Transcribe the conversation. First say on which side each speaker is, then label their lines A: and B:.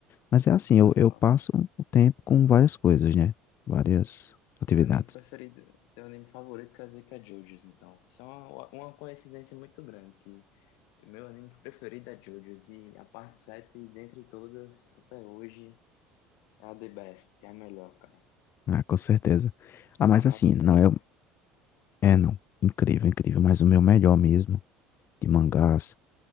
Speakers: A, on the left (about 40°); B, on the left (about 70°).
A: Mas é assim,
B: Nossa.
A: eu, eu passo o tempo com várias coisas, né? Várias atividades.
B: Meu anime preferido, seu anime favorito quer dizer que é JoJo's, então. Isso é uma, uma coincidência muito grande, que meu anime preferido é JoJo's, e a parte 7 dentre todas, até hoje, é a the best, é a melhor, cara.
A: Ah, com certeza. Ah, mas
B: Maravilhosa.
A: assim, não é, É, não. Incrível, incrível. Mas o meu melhor mesmo de mangás